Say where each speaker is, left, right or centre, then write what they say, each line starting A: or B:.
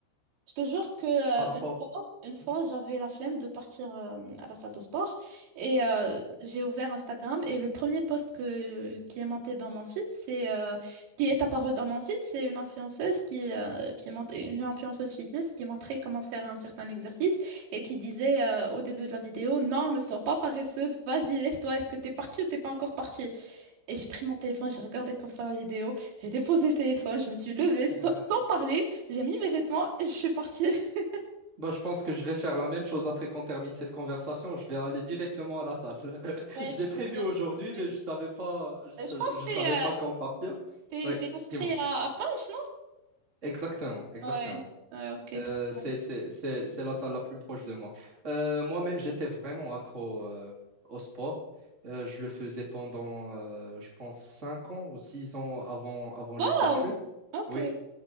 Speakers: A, on the right; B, on the right.
A: Je te jure que euh,
B: par rapport.
A: une fois, une fois,
B: Mhm,
A: j'avais la flemme de partir euh, à la salle de sport et euh, j'ai ouvert Instagram et le premier post que, qui est monté dans mon feed, c'est euh, qui
B: mhm,
A: est apparu dans mon feed, c'est une influenceuse qui, euh, qui mont- une influenceuse fitness qui montrait comment faire un certain exercice et qui disait euh, au début de la vidéo, non, ne sois pas paresseuse, vas-y, lève-toi, est-ce que t'es partie ou t'es pas encore partie? Et j'ai pris mon téléphone, j'ai regardé comme ça la vidéo, j'ai déposé le téléphone, je me suis levée sans,
B: mhm.
A: sans parler, j'ai mis mes vêtements et je suis partie. <laughs>
B: Bah, je pense que je vais faire la même chose après qu'on termine cette conversation. Je vais aller directement à la salle. <laughs> Je
A: Ouais, tu
B: l'ai prévu
A: devrais,
B: aujourd'hui,
A: tu devrais.
B: mais je savais pas, je,
A: Euh, Je pense
B: je
A: que t'es
B: savais pas
A: euh,
B: quand partir.
A: t'es-
B: Oui,
A: t'es inscrit
B: dis-moi.
A: à, à Punch,
B: Exactement, exactement.
A: non? Ouais, ouais, ok,
B: Euh,
A: trop.
B: c'est, c'est, c'est, c'est la salle la plus proche de moi. Euh, moi-même, j'étais vraiment accro euh, au sport. Euh, je le faisais pendant, euh, je pense, cinq ans ou six ans avant, avant
A: Oh,
B: les études.
A: ok.
B: Oui,